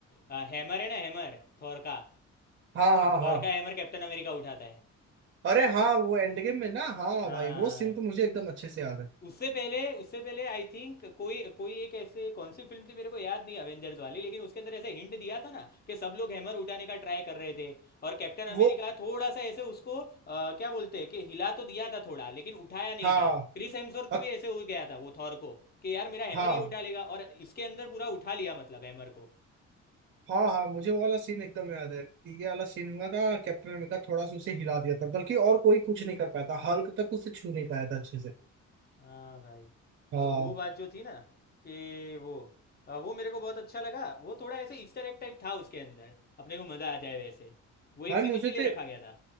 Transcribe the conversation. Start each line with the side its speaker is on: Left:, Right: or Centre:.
Left: हैमर है ना हैमर थॉर का
Right: हाँ हाँ
Left: थॉर
Right: हाँ
Left: का हैमर कैप्टन अमेरिका उठाता है
Right: अरे हाँ वो एंड गेम में ना हाँ
Left: हाँ
Right: भाई वो सीन
Left: हाँ
Right: तो मुझे एकदम अच्छे से याद है
Left: उससे पहले उससे पहले आई थिंक कोई कोई एक ऐसे कौन सी फिल्म थी मेरे को याद नहीं अवेंजर्स वाली लेकिन उसके अंदर ऐसे हिंट दिया था ना कि सब लोग हैमर उठाने का ट्राई कर रहे थे और कैप्टन
Right: वो
Left: अमेरिका थोड़ा सा ऐसे उसको अ, क्या बोलते हैं कि हिला तो दिया था थोड़ा लेकिन उठाया नहीं
Right: हाँ
Left: था क्रिस हेम्सवर्थ को
Right: अ-
Left: भी ऐसे हो गया था वो थॉर को कि यार मेरा हैमर
Right: हाँ
Left: ये उठा लेगा और इसके अंदर पूरा उठा लिया मतलब हैमर को
Right: हाँ हाँ मुझे वो वाला सीन एकदम याद है ये वाला सीन हुआ था कैप्टन अमेरिका थोड़ा सा उसे हिला दिया था बल्कि और कोई कुछ नहीं कर पाया था हल्क तक उसे छू नहीं पाया था अच्छे से
Left: हाँ भाई
Right: हाँ
Left: तो वो बात जो थी ना कि वो अ, वो मेरे को बहुत अच्छा लगा वो थोड़ा ऐसे ईस्टर एग टाइप था उसके अंदर अपने को मज़ा आ जाए वैसे वो एक
Right: भाई
Left: सीन
Right: मुझे
Left: इसीलिए
Right: तो
Left: रखा गया था